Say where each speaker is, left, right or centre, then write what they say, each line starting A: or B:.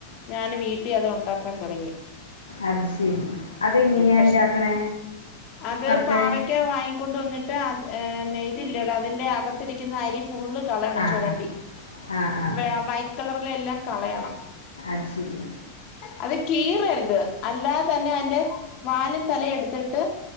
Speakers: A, on the left (about 40°); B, on the left (about 75°).
A: ഞാൻ വീട്ടിൽ അത് ഉണ്ടാക്കാൻ തുടങ്ങി
B: അത് ശരി അതെങ്ങനെയാ
A: പക്ഷ
B: ഇണ്ടാക്കണേ
A: അത്
B: വറുത്തൻ
A: പാവക്ക വാങ്ങ കൊണ്ടുവന്നിട്ട്ന്നെ ഇതില്ലടാ അതിന്റെ അകത്തിരിക്കുന്ന അരി ഫുള്ള് കളയണം
B: ആഹ്
A: ചുരണ്ടി
B: ആഹ് ആഹ് ആഹ്
A: വ വൈറ്റ് കളറില എല്ലാം കളയണം
B: അത്ശരി
A: അത് കീറരുത് അല്ലാതെ തന്നെ അതിന്റെ വാലും തലയും എടുത്തിട്ട്